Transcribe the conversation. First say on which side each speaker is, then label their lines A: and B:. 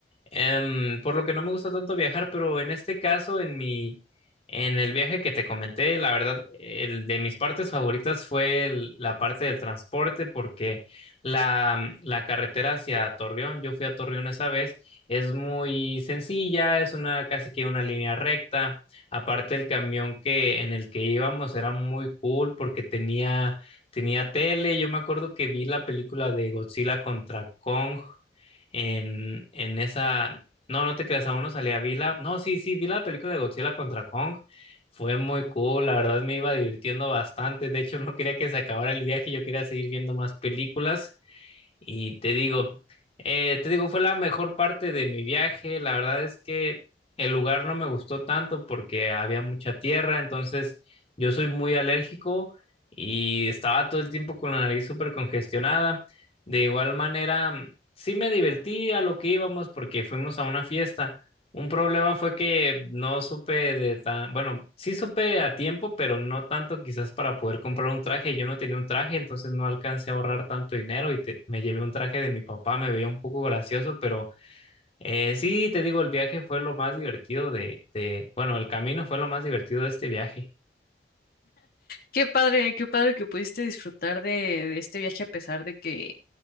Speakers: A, on the left (about 35°); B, on the left (about 55°).
A: Em, por lo que no me gusta tanto viajar, pero en este caso, en mi, en el viaje que te comenté, la verdad, el de mis partes favoritas fue el- la parte del transporte, porque la, la carretera hacia Torreón, yo fui a Torreón esa vez, es muy sencilla, es una casi que una línea recta. Aparte, el camión que en el que íbamos era muy cool porque tenía, tenía tele. Yo me acuerdo que vi la película de Godzilla contra Kong en, en esa... No, no te creas, aún no salía. Vi la... No, sí, sí, vi la película de Godzilla contra Kong. Fue muy cool, la verdad me iba divirtiendo bastante. De hecho, <laughs> no quería que se acabara el viaje, yo quería seguir viendo más películas. Y te digo, eh, te digo, fue la mejor parte de mi viaje. La verdad es que el lugar no me gustó tanto porque había mucha tierra, entonces yo soy muy alérgico y estaba todo el tiempo con la nariz súper congestionada. De igual manera, sí me divertí a lo que íbamos porque fuimos a una fiesta. Un problema fue que no supe de tan, bueno, sí supe a tiempo, pero no tanto quizás para poder comprar un traje. Yo no tenía un traje, entonces no alcancé a ahorrar tanto dinero y te- me llevé un traje de mi papá, me veía un poco gracioso, pero eh, sí, te digo, el viaje fue lo más divertido de, de, bueno, el camino fue lo más divertido de este viaje.
B: Qué padre, qué padre que pudiste disfrutar de, de este viaje a pesar de que,